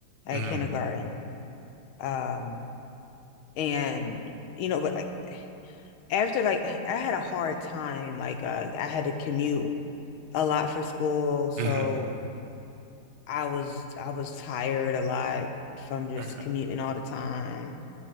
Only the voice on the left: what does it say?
at
kindergarten. Um. and you know but like after like i I had a hard time like uh, i had to commute a lot for school so
i was i was tired a lot from just
commuting all the time